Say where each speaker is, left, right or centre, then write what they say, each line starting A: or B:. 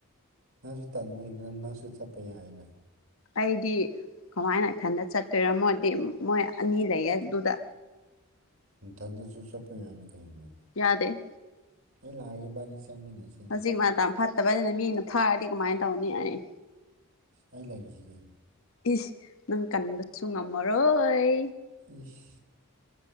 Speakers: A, on the right (about 60°); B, on the left (about 60°).
A: ꯅꯪꯁꯨ ꯇꯟꯕꯒꯤꯅꯤꯅ ꯅꯪꯁꯨ ꯆꯠꯄ ꯌꯥꯏꯅ
B: ꯑꯩꯗꯤ ꯀꯃꯥꯏꯅ ꯏꯊꯟꯗ ꯆꯠꯇꯣꯏꯔ ꯃꯣꯏꯗꯤ ꯃꯣꯏ ꯑꯅꯤ ꯂꯩꯌꯦ ꯑꯗꯨꯗ
A: ꯒꯊꯟꯗꯖꯨ ꯆꯠꯄ ꯌꯥꯏꯅ ꯀꯩꯅꯣ
B: ꯌꯥꯗꯦ
A: ꯑꯩ ꯂꯥꯛꯑꯒꯦ ꯏꯕꯥꯅꯤ ꯆꯠꯃꯤꯟꯅꯁꯦ
B: ꯍꯧꯖꯤꯛ ꯃꯇꯝ ꯐꯠꯇꯕꯅꯤꯅ ꯃꯤꯅ ꯐꯥꯔꯗꯤ ꯀꯃꯥꯏ ꯇꯧꯅꯤ ꯑꯩ
A: ꯑꯩ ꯂꯩꯔꯤꯖꯤꯗꯤ
B: ꯏꯁ ꯅꯪ ꯀꯟꯕꯁꯨ ꯉꯝꯃꯔꯣꯏ
A: ꯏꯁ